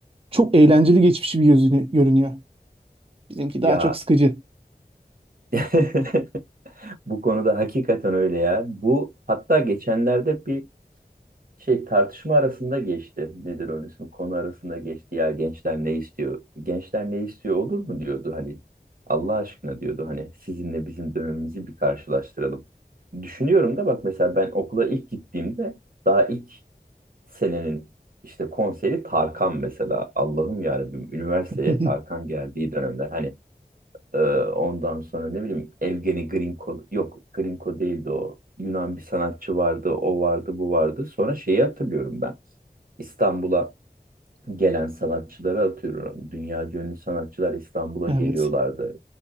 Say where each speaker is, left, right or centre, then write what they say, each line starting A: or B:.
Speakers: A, on the right; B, on the right.
A: çok eğlenceli geçmiş bir gözünü görünüyor. Bizimki
B: Ya
A: daha çok sıkıcı.
B: <laughs> bu konuda hakikaten öyle ya. Bu hatta geçenlerde bir şey tartışma arasında geçti. Nedir onun ismi? Konu arasında geçti. Ya gençler ne istiyor? Gençler ne istiyor olur mu diyordu hani. Allah aşkına diyordu hani sizinle bizim dönemimizi bir karşılaştıralım. Düşünüyorum da bak mesela ben okula ilk gittiğimde daha ilk senenin işte konseri Tarkan mesela. Allah'ım yarabbim üniversiteye
A: <laughs>
B: Tarkan geldiği dönemler. Hani Ee, ondan sonra ne bileyim Evgeni Grinko yok Grinko değildi o. Yunan bir sanatçı vardı, o vardı, bu vardı. Sonra şeyi hatırlıyorum ben. İstanbul'a gelen sanatçıları atıyorum. Dünya ünlü sanatçılar İstanbul'a
A: Evet.
B: geliyorlardı.